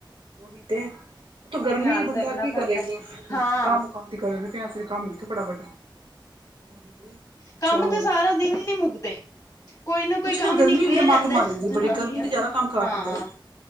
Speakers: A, on the right; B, on the left.
A: ਓਹੀ ਤੇ ਉਤੋ ਗਰਮੀ
B: ਧਿਆਨ
A: ਏ ਬੰਦਾ
B: ਦੇਖਣਾ
A: ਕੀ
B: ਪੈਂਦਾ
A: ਕਰੇ
B: ਹਾਂ
A: ਕੰਮ, ਕਾਰ ਤੇ ਕਰਦੇ ਪੇਆ ਫੇਰ ਕੰਮ ਉਥੋ ਫਟਾਫਟ, ਓਹੀ ਤੇ ਅੱਛਾ
B: ਕੰਮ
A: ਹੋਰ
B: ਤੇ ਸਾਰਾ ਦਿਨ ਈ ਨੀ ਮੁੱਕਦੇ। ਕੋਈ ਕੋਈ
A: ਕੁੱਛ
B: ਕੰਮ
A: ਨਾ ਗਰਮੀ
B: ਨਿਕਲਿਆ
A: ਮੇਰੀ
B: ਰਹਿੰਦਾ
A: ਮੱਤ ਮਾਰੀ ਜੇ
B: ਜਨਾਨੀਆਂ
A: ਬੜੀ ਗਰਮੀ ਨੇ ਜਾਦਾ
B: ਦੇ
A: ਕੰਮ ਖ਼ਰਾਬ
B: ਹਾਂ
A: ਕੀਤਾ,